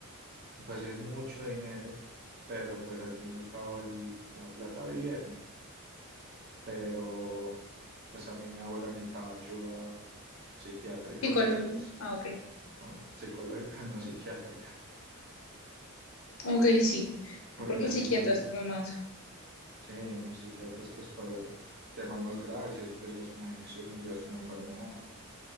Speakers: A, on the right; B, on the left.
A: pues sí es mucho dinero, pero pues al fin y al cabo el- la plata va y viene, pero pues también mi abuela necesitaba ayuda psiquiátrica,
B: Sí, Colombia.
A: porque pues,
B: Ah, ok.
A: no, psicológica, <laughs> no psiquiátrica.
B: Ok, sí,
A: porque
B: porque el
A: al
B: psiquiatra
A: final,
B: es como más.
A: sí, el psiquiatra es pues para temas más graves y eso pues ya es una adicción y ya es una enfermedad.